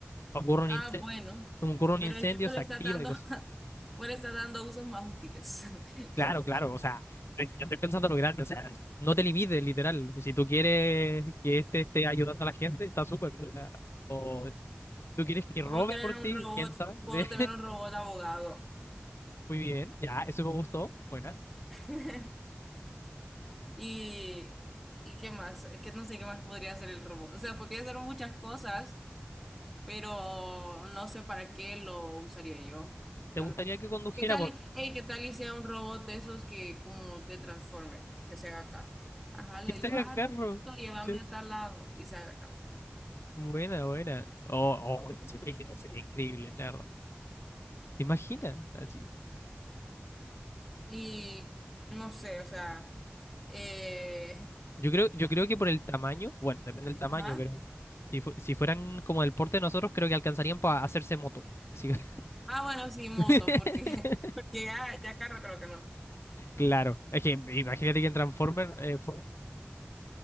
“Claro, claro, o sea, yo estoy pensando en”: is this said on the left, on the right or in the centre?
Left